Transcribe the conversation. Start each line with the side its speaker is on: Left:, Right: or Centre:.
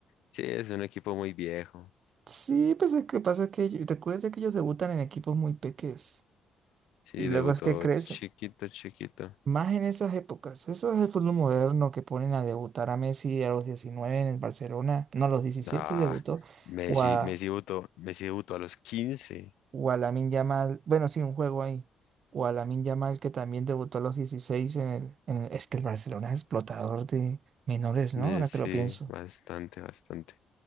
Left: Sí, es un equipo muy viejo.
Right: Sí, pues es que pasa que yo- recuerda que ellos debutan en equipos muy pequeños
Left: Sí,
Right: y luego
Left: debutó
Right: es que crecen.
Left: chiquito, chiquito.
Right: Más en esas épocas. Eso es el fútbol moderno que ponen a debutar a Messi a los 19 en el Barcelona. No, a los 17
Left: Ah,
Right: debutó.
Left: Messi,
Right: o a
Left: Messi debutó, Messi debutó a los quince
Right: o a Lamine Yamal, bueno, sí, un juego ahí, o a Lamine Yamal que también debutó a los 16 en el, en el- es que el Barcelona es explotador de menores, ¿no?
Left: Sí,
Right: Ahora
Left: sí,
Right: que lo pienso.
Left: bastante, bastante.